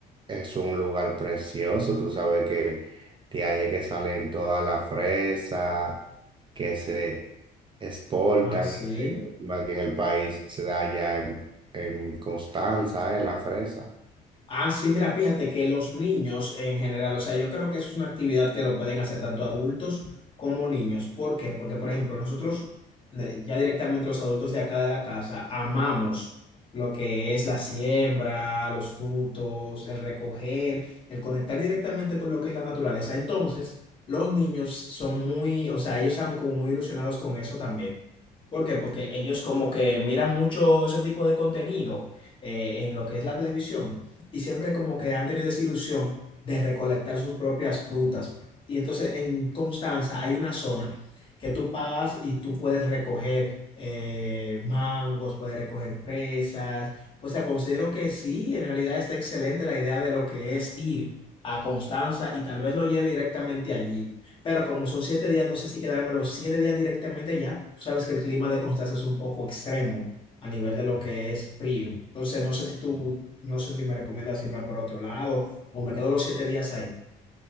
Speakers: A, on the right (about 30°); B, on the left (about 30°).
A: es un lugar precioso, tú sabes que de ahí es que salen todas las fresas que se exportan
B: Ah, sí.
A: y se consumen aquí en el país, se da ya en, en Constanza, eh, la fresa.
B: Ah, sí, mira, fíjate que los niños en general, o sea, yo creo que eso es una actividad que lo pueden hacer tanto adultos como niños. ¿Por qué? Porque, por ejemplo, nosotros, de- ya directamente los adultos de acá de la casa, amamos lo que es la siembra, los frutos, el recoger, el conectar directamente con lo que es la naturaleza. Entonces, los niños son muy, o sea, ellos están como muy ilusionados con eso también. ¿Por qué? Porque ellos como que miran mucho ese tipo de contenido eh, en lo que es la televisión y siempre como que han tenido esa ilusión de recolectar sus propias frutas. Y entonces en Constanza hay una zona que tú pagas y tú puedes recoger eh, mangos, puedes recoger fresas. O sea, considero que sí, en realidad está excelente la idea de lo que es ir a Constanza y tal vez lo lleve directamente allí. Pero como son siete días, no sé si quedarme los siete días directamente allá. Tú sabes que el clima de Constanza es un poco extremo a nivel de lo que es frío. Entonces, no sé si tú no sé si me recomiendas irme por otro lado o me quedo los siete días ahí.